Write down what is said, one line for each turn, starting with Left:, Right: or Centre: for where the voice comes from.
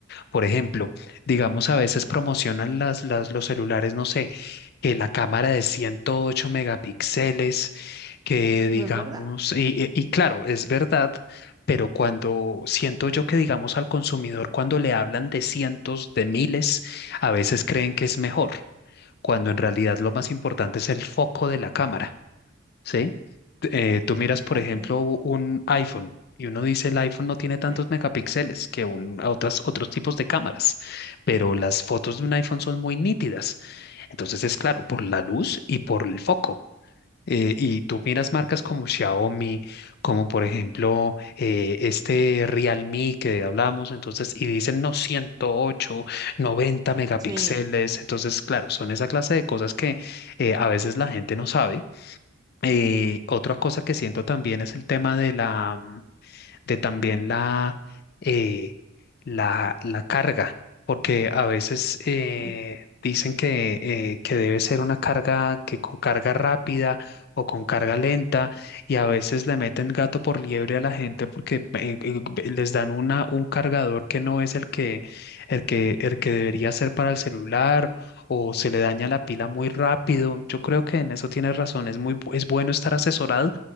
Left: Por ejemplo, digamos a veces promocionan las, las, los celulares, no sé, que la cámara de 108 megapíxeles, que
Right: ¿Y
Left: digamos,
Right: no es verdad?
Left: y, y- y claro, es verdad, pero cuando siento yo que digamos al consumidor, cuando le hablan de cientos, de miles, a veces creen que es mejor, cuando en realidad lo más importante es el foco de la cámara. ¿sí? eh, tú miras, por
Right: Ok,
Left: ejemplo, u- un iPhone y uno dice el iPhone no tiene tantos
Right: sí,
Left: megapíxeles que un- a otras, otros tipos de cámaras, pero las fotos de un iPhone son muy nítidas. Entonces es claro, por la luz y por el foco. Eh, y tú miras marcas como Xiaomi, como por ejemplo eh, este Realme que hablamos, entonces, y dicen no 108, 90 megapíxeles.
Right: sí,
Left: Entonces, claro, son esa clase de cosas que eh, a veces la gente no sabe eh, otra cosa que siento también es el tema de la, mm, de también la, eh, la, la carga, porque a veces eh,
Right: ah,
Left: dicen que, eh, que debe ser una carga que con carga rápida o con carga lenta, y a veces le meten gato por liebre a la gente porque eh, eh, les dan una, un cargador que no es el que, el que, el que debería ser para el celular. o se le daña la pila muy rápido. Yo creo que en eso tienes razón. Es muy, bu- es bueno estar asesorado